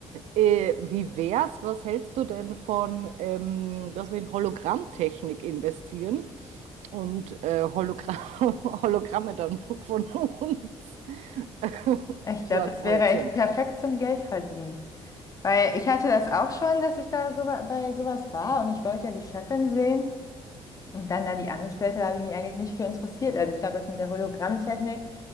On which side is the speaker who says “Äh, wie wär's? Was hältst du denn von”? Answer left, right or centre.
Right